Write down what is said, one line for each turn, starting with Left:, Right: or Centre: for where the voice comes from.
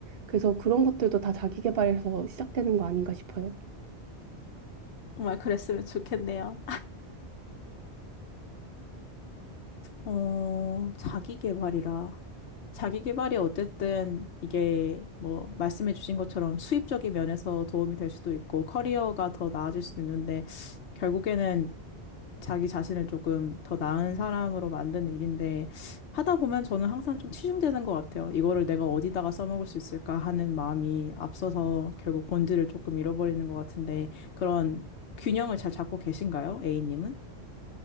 Right: 그래서 그런 것들도 다 자기 개발에서 시작되는 거 아닌가 싶어요.
Left: 정말 그랬으면 좋겠네요. 어, 자기 개발이라. 자기 개발이 어쨌든 이게 뭐 말씀해 주신 것처럼 수입적인 면에서 도움이 될 수도 있고 커리어가 더 나아질 수도 있는데 결국에는 자기 자신을 조금 더 나은 사람으로 만드는 일인데 하다 보면 저는 항상 좀 치중되는 것 같아요. 이거를 내가 어디다가 써먹을 수 있을까 하는 마음이 앞서서 결국 본질을 조금 잃어버리는 것 같은데 그런 균형을 잘 잡고 계신가요? A님은?